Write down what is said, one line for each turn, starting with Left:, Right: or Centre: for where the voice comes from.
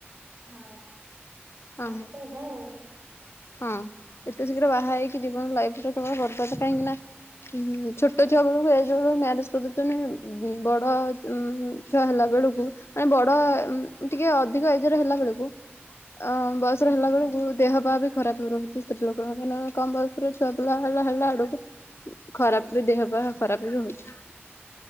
Right: ହଁ
Left: ହଁ
Right: ବାହାତ ହେବ ଆଉ।
Left: ହଁ ଏତେ ଶୀଘ୍ର ବାହା ହେଇକି ଜୀବନ ଲାଇଫ କେବଳ ବର୍ବାଦ କାହିଁକି ନା ହୁଁ ଛୋଟ ଛୁଆ ବେଳକୁ ଏଜ ବେଳୁ ମ୍ୟାରେଜ କରିଦଉଛନ୍ତି ବଡ଼ ଛୁଆ ହେଲା ବେଳକୁ ମାନେ ବଡ ଟିକେ ଅଧିକ ଏଜରେ ହେଲା ବେଳକୁ ଅ ବୟସରେ ହେଲା
Right: ହଁ
Left: ବେଳକୁ ଦେହ ପା ବି ଖରାପ ରହୁଛି ସ୍ତ୍ରୀ ଲୋକଙ୍କ କାରଣ କମ ବୟସ ର ଛୁଆ ପିଲା ହେଲା ହେଲା ଆଡକୁ ଖରାପ ବି ଦେହ ବା ଖରାପ ବି ହଉଛି।